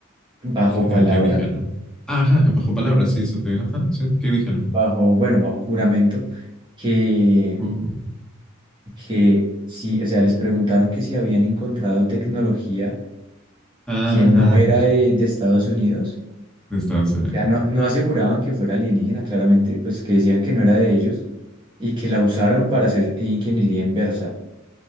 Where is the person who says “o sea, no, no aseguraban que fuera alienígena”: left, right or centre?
Right